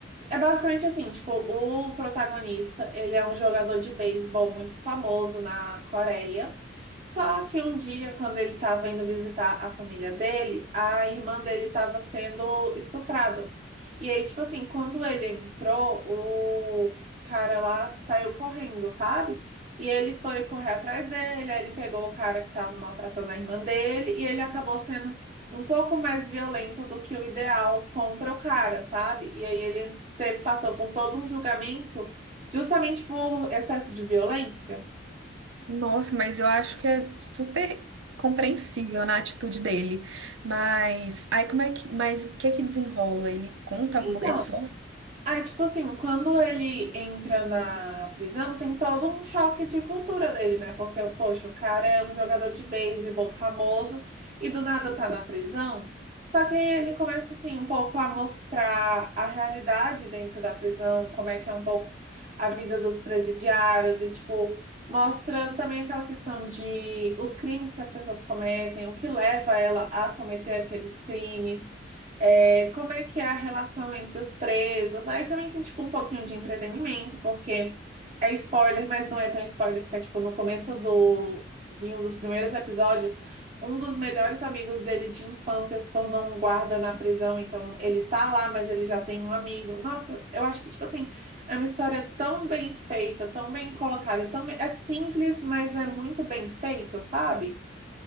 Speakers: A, on the right; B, on the right.
A: É basicamente assim, tipo, o protagonista, ele é um jogador de beisebol muito famoso na Coreia. Só que um dia, quando ele estava indo visitar a família dele, a irmã dele estava sendo estuprada. E aí, tipo assim, quando ele entrou, o cara lá saiu correndo, sabe? E ele foi correr atrás dele, aí ele pegou o cara que estava maltratando a irmã dele e ele acabou sendo um pouco mais violento do que o ideal contra o cara, sabe? E aí ele teve, passou por todo um julgamento justamente por excesso de violência.
B: Nossa, mas eu acho que é super compreensível na atitude dele. Mas aí como é que, mas o que é que desenrola? Ele conta alguma,
A: Então,
B: ele só
A: Aí, tipo assim, quando ele entra na prisão, tem todo um choque de cultura dele, né? Porque, poxa, o cara é um jogador de beisebol famoso e do nada tá na prisão. Só que aí ele começa, assim, um pouco a mostrar a realidade dentro da prisão, como é que é um pouco a vida dos presidiários e, tipo, mostra também aquela questão de os crimes que as pessoas cometem, o que leva ela a cometer aqueles crimes. É, como é que é a relação entre os presos? Aí também tem, tipo, um pouquinho de entretenimento, porque é spoiler, mas não é tão spoiler, porque, é, tipo, no começo do, em um dos primeiros episódios, um dos melhores amigos dele de infância se tornou um guarda na prisão, então ele tá lá, mas ele já tem um amigo. Nossa, eu acho que, tipo assim, é uma história tão bem feita, tão bem colocada, e tão bem- é simples, mas é muito bem feito, sabe?